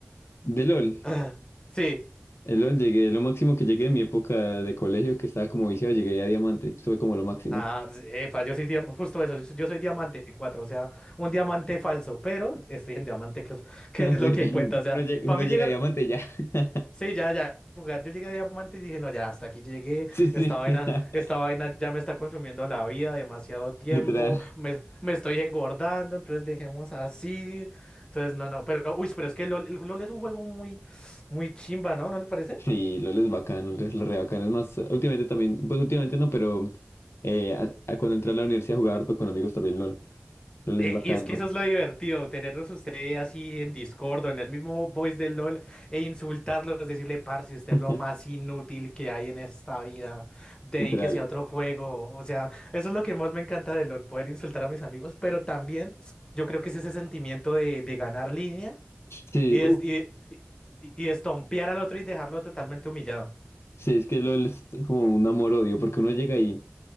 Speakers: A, on the left; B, on the left.
A: de LOL.
B: <laughs> Sí.
A: El LOL llegué, lo máximo que llegué en mi época de colegio, que estaba como viciado, llegué a diamante. Esto fue como lo máximo.
B: Ah,
A: <laughs>
B: s- epa, yo soy diam- justo eso, yo yo soy diamante 4, o sea, un diamante falso, pero estoy en diamante, que es, que es
A: Sí,
B: lo que cuenta, o sea,
A: Uno llega,
B: para
A: uno
B: mí
A: llega
B: llegar,
A: a diamante y ya. <laughs>
B: sí, ya, ya, jugar, yo llegué a diamante y dije, no, ya, hasta aquí llegué,
A: Sí, sí.
B: esta vaina,
A: <laughs>
B: esta vaina ya me está consumiendo la vida, demasiado tiempo,
A: Literal.
B: me, me estoy engordando, entonces dejemos así, entonces, no, no, pero, uy, pero es que LOL, el LOL es un juego muy, muy chimba, ¿no? ¿No le parece?
A: Sí, LOL es bacano, LOL es re bacano. Es más, últimamente también, pues últimamente no, pero eh, a- a cuando entré a la universidad jugaba harto con amigos también LOL. LOL
B: Eh,
A: es bacano.
B: Y es que eso es lo divertido, tenerlos ustedes así en Discord o en el mismo voice del LOL e insultarlos, decirle, parce, usted
A: <laughs>
B: es lo más inútil que hay en esta vida, dedíquese
A: Literal.
B: a otro juego. O sea, eso es lo que más me encanta de LOL, poder insultar a mis amigos, pero también yo creo que es ese sentimiento de, de ganar línea
A: Sí,
B: y,
A: uf,
B: es, y, y, y estompear al otro y dejarlo totalmente humillado,
A: sí, es que LOL es como un amor-odio, porque uno llega y